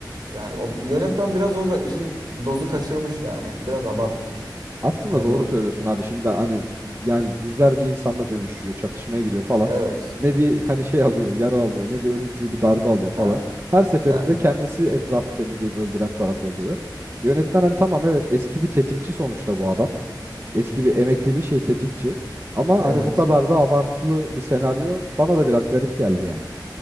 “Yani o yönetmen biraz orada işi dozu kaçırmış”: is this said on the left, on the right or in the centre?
Right